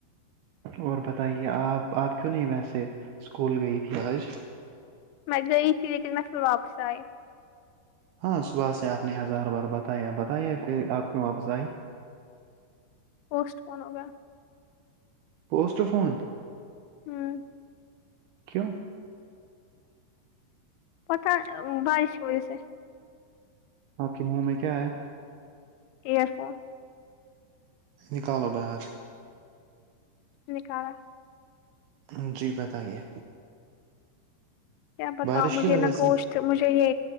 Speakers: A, on the right; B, on the left.
A: اور بتائیے آپ آپ کیوں نہیں ویسے اسکول گئی تھی آج
B: میں گئی تھی لیکن میں پھر واپس آئے
A: ہاں صبح سے آپ نے ہزار بار بتایا بتائییا پھر آپ کیوں واپس آئی
B: پوسٹ فن ہوگا
A: پوسٹ فون
B: ہوں
A: کیوں
B: پتہ بارش کی وجہ سے
A: آپ کے منہ میں کیا ہے
B: ایئر فون
A: نکالو باہر
B: نکالا
A: ہاں جی بتائیے
B: کیا بتاؤ
A: بارش
B: مجھے
A: کی وجہ
B: نا گوشت
A: سے
B: مجھے یہ